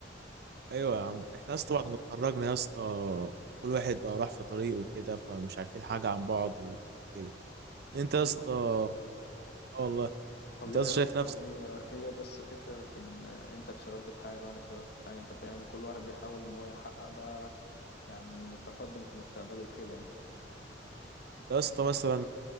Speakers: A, on the right (about 60°); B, on the left (about 60°).
A: ايوه يا عم
B: فاهم؟
A: احنا يا اسطى بعد ما اتخرجنا يا اسطى كل واحد بقى راح في طريقه وكده فمش عارفين حاجة عن بعض وكده انت يا
B: والله
A: اسطى اه والله
B: والله
A: انت يا اسطى
B: يا
A: شايف
B: اسطى
A: نفسك
B: هي هي بس فكرة في ان انت اتشغلت في حاجة وانا اتشغلت في حاجة انت فاهم وكل واحد بيحاول ان هو يحقق بقى يعني تقدم في مستقبله وكده يعني
A: انت يا اسطى مثلا